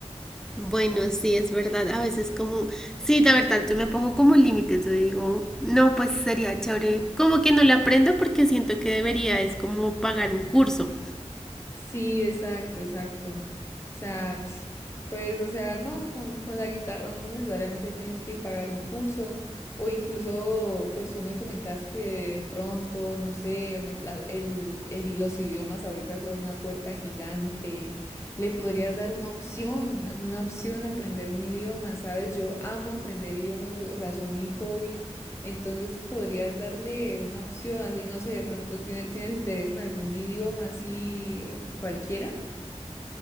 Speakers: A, in the centre; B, on the left (about 25°).
A: Bueno, sí, es verdad, a veces como, sí, la verdad, yo me pongo como límites, yo digo, no, pues sería chévere, como que no lo aprendo porque siento que debería, es como pagar un curso.
B: Sí, exacto, exacto. O sea, ps, pues, o sea, no, con, con la guitarra no necesariamente tienes que pagar un curso o incluso, pues tú me comentas que de pronto, no sé, me- la- el, el- los idiomas ahorita son una puerta gigante. Le podrías dar una opción, una opción a aprender un idioma, ¿sabes? Yo amo aprender idiomas, o sea, son mi hobby. Entonces podrías darle una opción, así no sé, de pronto tiene- tienes interés en algún idioma así eh, cualquiera.